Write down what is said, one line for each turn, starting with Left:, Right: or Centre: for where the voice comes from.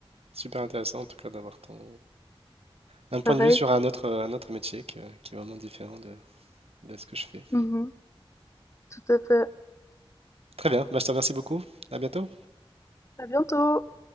Right: super intéressant en tout cas d'avoir ton... un point
Left: Pareil.
Right: de vue sur un autre, un autre métier que- qui est vraiment différent de, de ce que je fais.
Left: Mhm, tout à fait.
Right: Très bien, bah, je te remercie beaucoup. À bientôt.
Left: À bientôt!